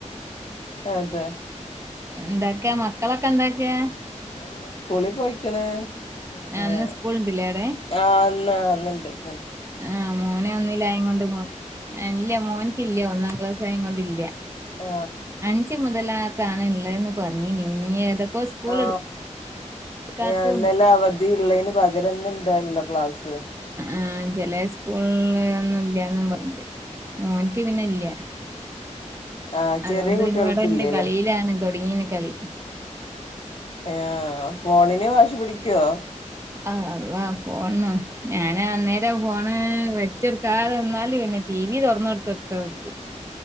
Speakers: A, on the left; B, on the right.
A: അതെ
B: എന്താക്കെയാ മക്കളൊക്കെ എന്താക്കാ
A: ആ സ്കൂളിൽ പോയിക്കണ് പിന്നെ
B: അന്ന് സ്കൂൾ ഉണ്ടില്ലേ അവിടെ
A: ആനിണ്ട് നിണ്ട്
B: ആ മോനൊന്നിലായൊണ്ട് മൂ ഇല്ല മോനക്ക്ല്ല ഒന്നാം ക്ലാസ് ആയ കൊണ്ടല്ല
A: ആ
B: അഞ്ച് മുതല കാണില്ലേ എന്ന് പറഞ്ഞഞ് ഇനിനി ഏതൊക്കെ സ്കൂൾ
A: ആ
B: എടുക്കാത്തതും
A: ഇന്നല അവധി ളേന്നു പക രം ഇന്ന് ണ്ടല്ലോ ക്ലാസ്
B: ആ ചില സ്കൂള ഒന്നും ഇല്ലന്നും പറയണ്ട് ഓനിക്ക് പിന്നെ ഇല്ല
A: ആ
B: അതുകൊണ്ട്
A: ചെറിയ കുട്ടികൾക്കില്ലല്ലോ
B: പിന്നെ ഇവിടെണ്ട് കളിയിലാണ് തുടങ്ങീന്ന് കളി
A: ഹ ഫോണന് വാശി പിടിക്കുവോ
B: ആ അള്ളാ ഫോണ് ഞാന അന്നേരം ഫോണ് വെച്ചെടുക്കാതെ നിന്നാൽ പിന്നെ ടി വി തുറന്നെടുത്തിട്ടവർക്കും